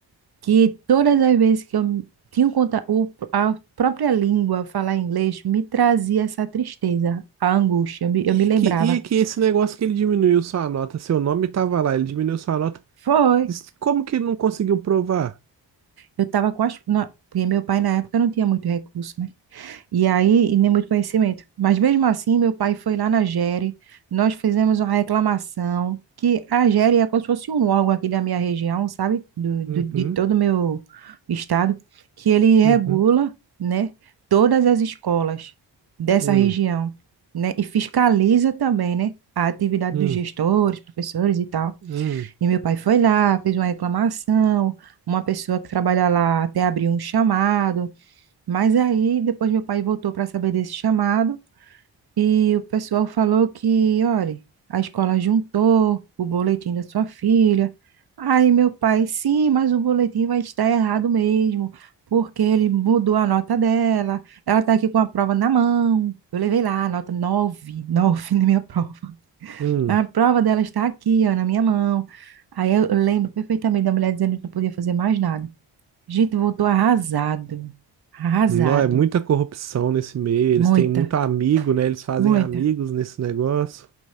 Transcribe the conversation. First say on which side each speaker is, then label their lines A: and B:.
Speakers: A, on the right; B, on the right.
A: que todas as vezes que eu tinha um conta, o, a própria língua falar inglês me trazia essa tristeza, a angústia. Eu me, eu
B: E
A: me
B: é
A: lembrava.
B: que, e é que esse negócio que ele diminuiu sua nota, seu nome tava lá, ele diminuiu sua nota.
A: Foi.
B: Isso- Como que ele não conseguiu provar?
A: Eu estava com as. na- porque meu pai na época não tinha muito recurso, né? E aí, e nem muito conhecimento. Mas mesmo assim, meu pai foi lá na GERE, nós fizemos uma reclamação, que a GERE é como se fosse um órgão aqui da minha região, sabe? Do,
B: Uhum,
A: do- de todo o meu estado, que ele regula,
B: uhum,
A: né, todas as escolas dessa
B: hum,
A: região, né? E fiscaliza também, né? A atividade
B: hum,
A: dos gestores, professores e tal.
B: hum,
A: E meu pai foi lá, fez uma reclamação, uma pessoa que trabalha lá até abriu um chamado, mas aí depois meu pai voltou para saber desse chamado e o pessoal falou que, olha, a escola juntou o boletim da sua filha. Aí meu pai, sim, mas o boletim vai estar errado mesmo, porque ele mudou a nota dela. Ela está aqui com a prova na mão. Eu levei lá a nota 9, 9 <laughs> na minha prova.
B: hum.
A: A prova dela está aqui, ó, na minha mão. Aí eu lembro perfeitamente da mulher dizendo que não podia fazer mais nada. A gente voltou arrasado, arrasado.
B: Não, é muita corrupção nesse meio. Eles
A: Muita.
B: têm muito amigo, né? Eles fazem
A: Muita,
B: amigos nesse negócio.